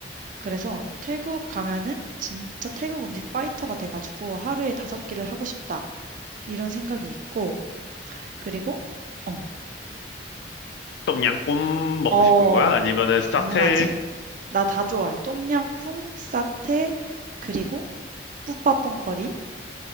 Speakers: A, on the right (about 45°); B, on the left (about 75°).
A: 그래서 태국 가면은 진짜 태국 음식 파이터가 돼가지고 하루에 다섯 끼를 하고 싶다. 이런 생각이 있고, 그리고, 어,
B: 똠양꿍 먹고
A: 어,
B: 싶은 거야? 아니면은 사테?
A: 당연하지. 나 다 좋아해. 똠양꿍, 사태, 그리고 뿌팟퐁 커리